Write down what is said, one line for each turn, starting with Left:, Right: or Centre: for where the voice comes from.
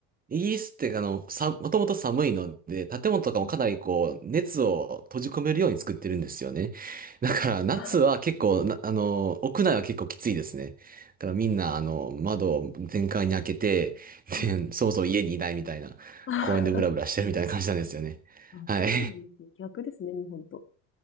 Right: イギリスってあの、さ、もともと寒いので、建物とかもかなりこう、
Left: うん。
Right: 熱を閉じ込めるように作ってるんですよね。だから、
Left: はい。
Right: 夏は結構、なあの、屋内は結構きついですね。だからみんな、あの、窓を全開に開けて、
Left: はい
Right: で、そもそも家にいないみたいな、
Left: <laughs>
Right: 公園でブラブラしてるみたいな感じなんですよね。
Left: あ、
Right: はい。
Left: そうなんですね。逆ですね、日本と。